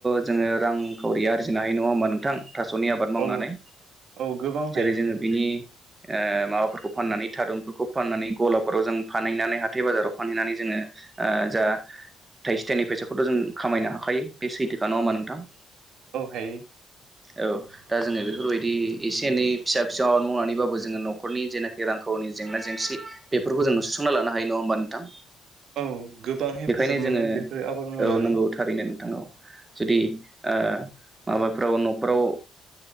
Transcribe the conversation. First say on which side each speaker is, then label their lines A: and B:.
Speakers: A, on the right; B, on the right.
A: जोङो रांखावरि आरजिनो हायो नङा होमबा नोंथां? थास'नि आबाद मावनानै
B: औ औ गोबां
A: जेरै
B: हायो
A: जोङो बिनि ओ माबाफोर फाननानै थारुनफोरखौ फाननानै गलाफोराव जों फानहैनानै हाथाय बाजाराव फानहैनानै जोङो ओ जा थाइसे थाइनै फैसाखौथ' जों खामायनो हाखायो बे सैथोखा नङामबा नोंथां?
B: औ हायो।
A: औ दा जोङो बेफोरबायदि एसे एनै फिसा फिसौ आबाद मावनानैबाबो जोङो न'खरनि जेनाखि रांखावरनि जेंना जेंसि बेफोरखौ जों सुख फुंना लानो हायो नङा होनबा नोंथां?
B: औ गोबां हेफाजाब
A: बेखायनो जोङो
B: मोनो बेफोर आबाद मावनानै
A: औ नंगौ थारैनो नोंथां औ जुदि ओ माबाफ्राव न'फ्राव ओ